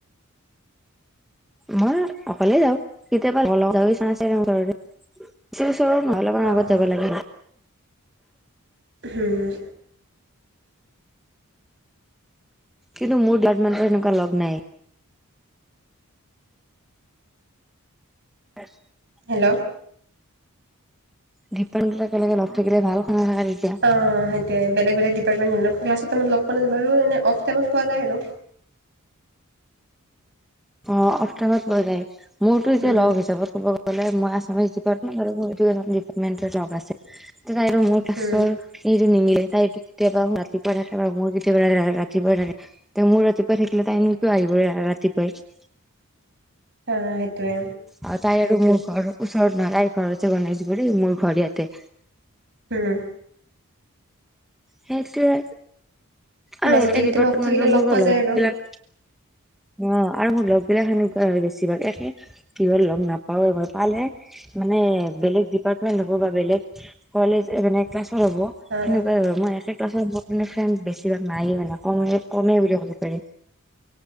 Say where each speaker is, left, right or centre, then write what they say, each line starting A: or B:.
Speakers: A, in the centre; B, on the right.
A: মই অকলে যাওঁ কেতিয়াবা
B: অ',
A: <unintelligible> <inaudible>
B: হম।
A: কিন্তু মোৰ <unintelligible> এনেকুৱা লগ নাই। <inaudible>
B: হেল্ল'!
A: ধিপান বিলাক এনেকে লগ থাকিলে ভাল। শুনা থাকা তেতিয়া
B: অ' সেইটোয়ে বেলেগ বেলেগ ক্লাছৰ টাইমত লগ পোৱা নাযায় বাৰু এনে অফ্ টাইমত পোৱা যায় আৰু।
A: অ' অফ্ টাইমত পোৱা যায়, মোৰতো এতিয়া
B: উম,
A: লগ হিচাপত ক'ব গ'লে মই আছামিছ ডিপাৰ্টমেন্ট আৰু মোৰ এডুকেশ্বন ডিপাৰ্টমেন্টৰ জব্দ আছে। তাইো মোৰ ক্লাছৰ
B: উম,
A: এইটো নিমিলে তাইটো কেতিয়াবা ৰাতি থাকে মোৰ কেতিয়াবা ৰাতিপুৱা থাকে মোৰ ৰাতিপুৱা থাকিলে তাই এন কিয় আহিবই ৰাতিপুৱাই
B: অ' সেইটোৱে।
A: অ' তাই আৰু মোৰ ঘৰ ওচৰত নহয়। তাইৰ ঘৰ হৈছে গণেশগুৰি মোৰ ঘৰ ইয়াতে।
B: উম।
A: সেইটোৱে আৰু
B: মাজতে
A: একে
B: কেতিয়াবা
A: ডিপাৰ্টমেন্টৰ
B: অফ থাকিলে লগ
A: মোৰ
B: পোৱা
A: লগবিলাক
B: যায় আৰু
A: অ' আৰু মোৰ লগ বিলাক সেনেকুৱা হয়গৈছি বেছিভাগ হে একে। কিহত লগ নাপাওঁ পালে মানে বেলেগ ডিপাৰ্টমেন্ট হ'ব বা বেলেগ কলেজ বেলেগ ক্লাছৰ হ'ব
B: অ',
A: সেনেকুৱাই হয় মই একে ক্লাছৰ মোৰ‌ এনে ফ্ৰেন্দ বেছিভাগ নাই মানে কম কমে বুলি ক'ব পাৰি।